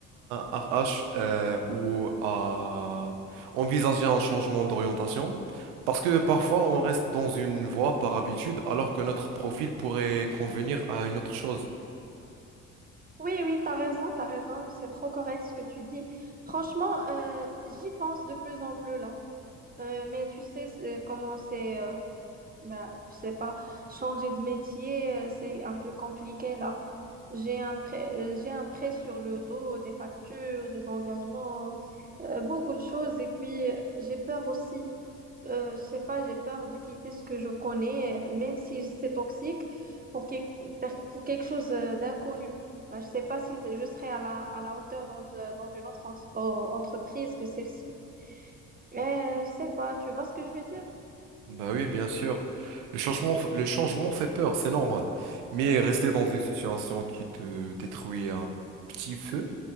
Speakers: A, on the right; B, on the right.
A: un RH euh, ou à envisager un changement d'orientation? Parce que parfois on reste dans une voie par habitude alors que notre profil pourrait convenir à une autre chose.
B: Oui, oui, t'as raison, t'as raison. C'est trop correct ce que tu dis. Franchement, euh, j'y pense de plus en plus là. Euh, mais tu sais euh, comment c'est. euh, Bah, je sais pas, changer de métier, euh, c'est un peu compliqué là. J'ai un prêt, euh, j'ai un prêt sur le dos, des factures, des engagements, euh, beaucoup de choses. Et puis, euh, j'ai peur aussi, euh, je sais pas, j'ai peur de quitter ce que je connais, euh, même si c'est toxique, pour, quel- per- pour quelque chose euh, d'inconnu. Bah, je sais pas si c'est- je serai à la, à la hauteur dans, euh, dans une autre entre- en- entreprise que celle-ci. Mais euh, je sais pas, tu vois ce que je veux dire?
A: Bah oui, bien sûr. Le changement, le changement fait peur, c'est normal. Mais rester dans une situation qui te détruit un petit peu